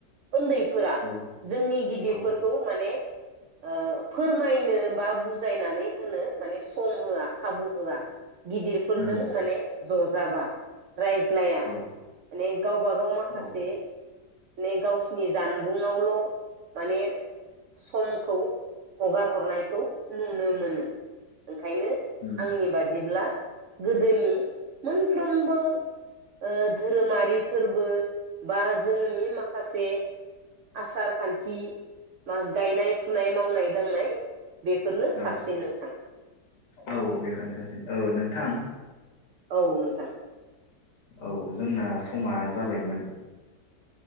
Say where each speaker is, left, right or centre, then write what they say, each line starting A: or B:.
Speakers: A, on the right (about 70°); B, on the left (about 85°).
A: ओन्दैफोरा
B: औ
A: जोंनि गिदिरफोरखौ
B: औ
A: माने ओ फोरमायनो बा बुजायनानै होनो माने सम होआ खाबु होआ। गिदिरफोरजों
B: उम
A: माने ज' जाबा। रायज्लाया
B: औ
A: माने गावबा गाव माखासे
B: औ
A: माने गावसिनि जानबुंआवल' माने समखौ हगार हरनायखौ नुनो मोनो। खायनो
B: उम
A: आंनि बादिब्ला गोदोनि मोनफ्रोमबो ओ धोरोमारि फोरबो बा जा जोंनि माखासे आसार खान्थि मा गायनाय फुनाय मावनाय दांनाय बेफोरनो
B: औ
A: साबसिन नोंथां
B: औ बेफोरनो साबसिन ओ नोंथां
A: औ नोंथां
B: औ जोंना समा जाबायमोन